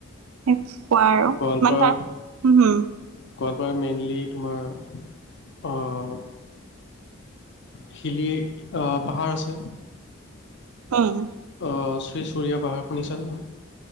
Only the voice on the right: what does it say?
এনেকুৱা আৰু
ইমান তাৰ হু, হু'!
হুম।